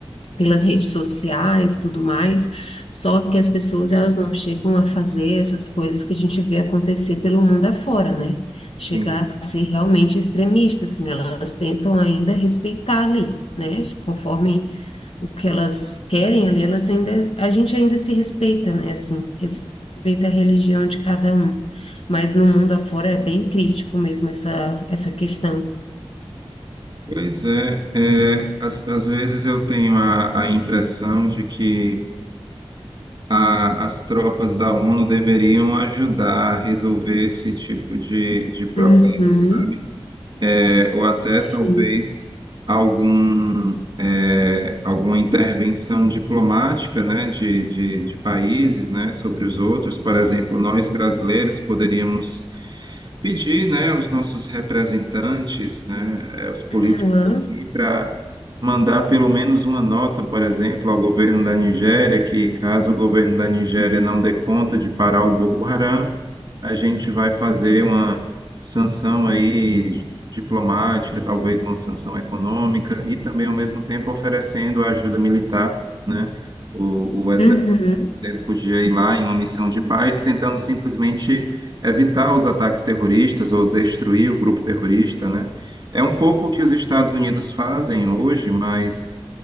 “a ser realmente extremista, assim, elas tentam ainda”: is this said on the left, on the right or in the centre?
Left